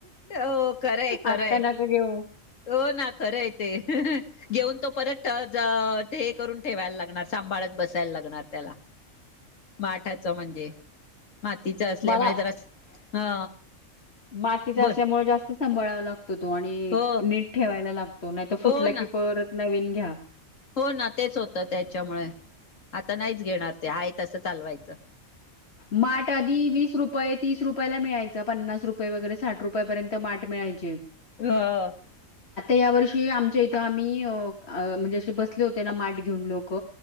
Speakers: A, on the left (about 70°); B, on the left (about 50°).
A: हो खरंय खरंय
B: आत्ता नको घेऊ.
A: हो ना खरं आहे ते घेऊन तो परत जा ते करून ठेवायला लागणार सांभाळत बसायला लागणार त्याला माठाच म्हणजे मातीच असल्यामुळे
B: मला
A: जरासं हा
B: मातीचा
A: बोल
B: असल्यामुळे जास्त सांभाळावा लागतो तो आणि
A: हो
B: नीट ठेवायला लागतो. तो नाही तर फुटला
A: हो ना
B: की परत नवीन घ्या
A: हो ना तेच होत त्याच्यामुळे आता नाहीच घेणार ते आहेत. चालवायचं.
B: माठ आधी वीस रुपये तीस रुपयाला मिळायच पन्नास रुपये वगैरे साठ रुपयापर्यंत माठ मिळायचे.
A: <unintelligible>
B: या वर्षी आमच्या इथं आम्ही म्हणजे असे बसले होते ना माठ घेऊन लोक